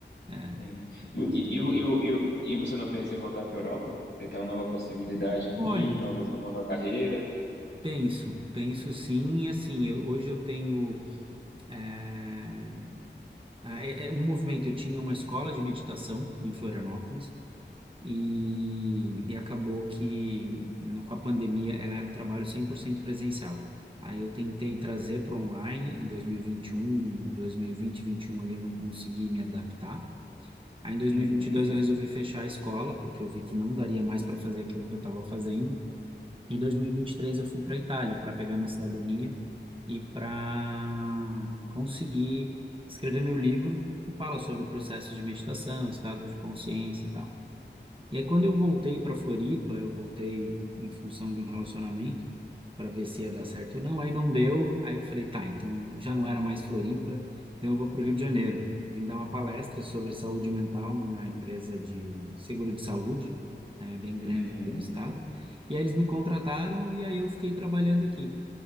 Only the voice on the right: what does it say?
É,
eu gosto
muito.
Olha,
penso, penso sim, e assim, eu- hoje eu tenho é, ah, É é um movimento. Eu tinha uma escola de meditação em Florianópolis e, e acabou que no- com a pandemia ela era um trabalho 100% presencial. Aí eu tentei trazer para online em 2021, 2020, 21 ali eu não consegui me adaptar. Aí em 2022
eu resolvi fechar a escola porque eu vi que não daria mais para fazer aquilo que eu estava fazendo. Em 2023 eu fui para a Itália para pegar minha cidadania e para conseguir escrever meu livro que fala sobre o processo de meditação, estado de consciência e tal. E aí, quando eu voltei para Floripa, eu voltei em função de um relacionamento para ver se ia dar certo ou não. Aí não deu. Aí eu falei, tá, então já não era mais Floripa, então eu vou para o Rio de Janeiro. Vim dar uma palestra sobre saúde mental numa empresa de seguro de saúde, é, bem grande
do estado. E aí eles me contrataram e aí eu fiquei trabalhando aqui.